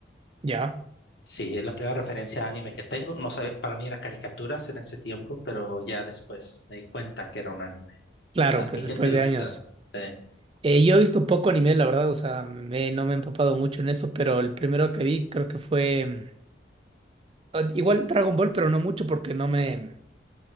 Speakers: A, on the right; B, on the left.
A: Ya,
B: Sí, es la primera referencia a anime que tengo. No sabía, para mí era caricaturas en ese tiempo, pero ya después me di cuenta que era un anime.
A: claro,
B: ¿A
A: pues
B: ti
A: después
B: qué te
A: de
B: gusta?
A: años.
B: Sí.
A: Eh, yo he visto poco anime, la verdad, o sea, me- no me he empapado mucho en eso, pero el primero que vi creo que fue mm, ah, igual Dragon Ball, pero no mucho porque no me,